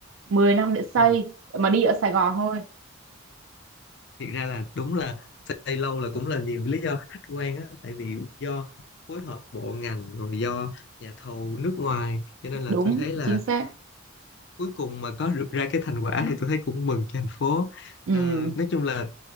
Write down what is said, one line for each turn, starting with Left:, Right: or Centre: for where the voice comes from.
Right: 10 năm để xây
Left: Ừ.
Right: mà đi ở Sài Gòn thôi
Left: Thiệt ra là đúng là xây lâu là cũng là nhiều lý do khách quan á tại vì do phối hợp bộ ngành rồi do nhà thầu nước ngoài cho nên là
Right: đúng
Left: tôi thấy là
Right: chính xác
Left: cuối cùng mà có được ra cái thành quả thì tôi thấy cũng mừng cho thành phố
Right: ừ
Left: Ờ, nói chung là